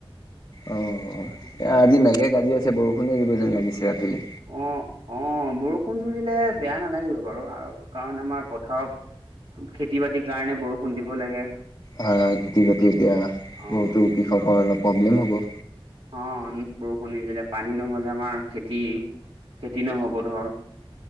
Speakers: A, on the left (about 35°); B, on the right (about 70°).
A: অ, এ আজি মেঘে কাজি আছে বৰষুণে দিব যেন লাগিছে ৰাতিলৈ।
B: অ', অ', বৰষুণ ধৰিলে বেয়া নালাগিব বাৰু আৰু কাৰণ আমাৰ পথাৰত খেতি বাতিৰ কাৰণে বৰষুণ দিব লাগে।
A: হয়, হয়, খেতি-বাতি এতিয়া
B: অ
A: বহুতো কৃষকৰ অলপ প্ৰব্লেম হ'ব।
B: অ বৰষুণ নি দিলে পানী নহ'লে আমাৰ খেতি, খেতি নহ'ব ধৰ।